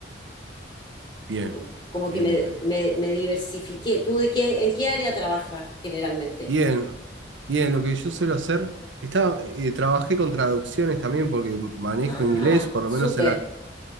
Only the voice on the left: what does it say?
co- como
que me,
me, me diversifiqué. ¿Tú de qué, en qué área trabajas generalmente?
Ujú.
Ah,
súper,